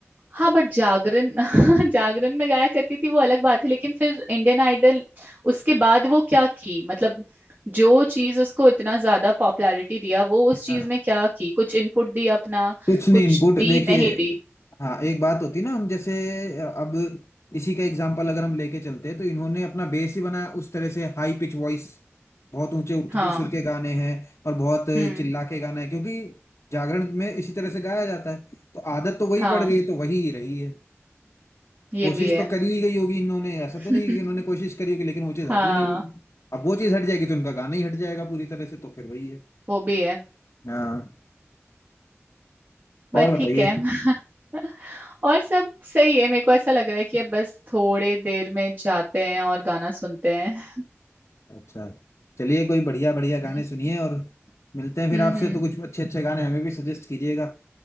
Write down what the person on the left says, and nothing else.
हाँ
कुछ नहीं
इनपुट
देखिए
हाँ एक बात होती ना हम जैसे अब इसी का एग्जांपल अगर हम लेके चलते हैं तो इन्होंने अपना बेस ही बनाया उस तरह से हाई पिच वॉइस बहुत ऊंचे उठ
के सुर के गाने हैं और बहुत
चिल्ला के गाना है क्योंकि जागरण में इसी तरह से गाया जाता है तो आदत तो वही
पड़ गई तो वही ही रही है
कोशिश
तो करी ही गई होगी इन्होंने ऐसा
तो नहीं है कि इन्होंने कोशिश करी होगी लेकिन वो चीज़
हट ही नहीं रही अब वो चीज़ हट जाएगी तो इनका गाना ही हट जाएगा पूरी तरह से तो फिर वही है
हाँ
और बताइए
अच्छा चलिए कोई बढ़िया बढ़िया गाने
सुनिए और मिलते हैं फिर
आपसे
तो कुछ अच्छे अच्छे गाने हमें भी सजेस्ट कीजिएगा